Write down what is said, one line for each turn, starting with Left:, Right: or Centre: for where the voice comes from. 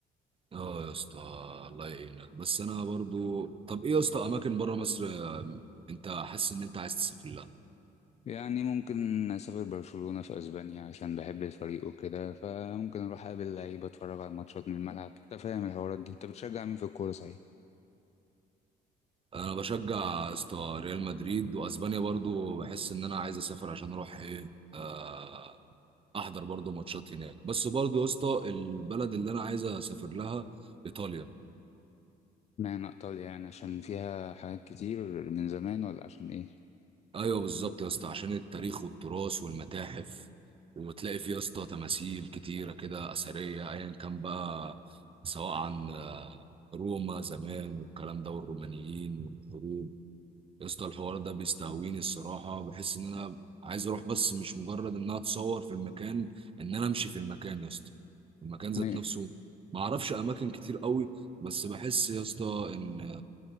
Right: اه يا اسطى الله يعينك بس انا برضه طب ايه يا اسطى اماكن بره مصر آه، انت حاسس ان انت عايز تسافر لها
Left: يعني ممكن أسافر برشلونة في أسبانيا عشان بحب الفريق وكده فممكن أروح أقابل لعيبة أتفرج على الماتشات من الملعب أنت فاهم الحوارات دي أنت بتشجع مين في الكورة صحيح؟
Right: انا بشجع يا اسطى ريال مدريد واسبانيا برضه بحس ان انا عايز اسافر عشان اروح ايه آه، احضر برضو ماتشات هناك بس برضو يا اسطى البلد اللي انا عايز اسافر لها ايطاليا
Left: اشمعنى إيطاليا يعني عشان فيها حاجات كتير من زمان ولا عشان إيه؟
Right: ايوه بالظبط يا اسطى عشان التاريخ والتراث والمتاحف وتلاقي فيه يا اسطى تماثيل كتيره كده اثريه ايا كان بقى سواء عن آه، روما زمان والكلام ده والرومانيين والحروب يا اسطى الحوار ده بيستهويني الصراحة بحس ان انا عايز اروح بس مش مجرد انها تصور في المكان ان انا امشي في المكان يا اسطى المكان ذات
Left: أي-
Right: نفسه ما اعرفش اماكن كتير قوي بس بحس يا اسطى ان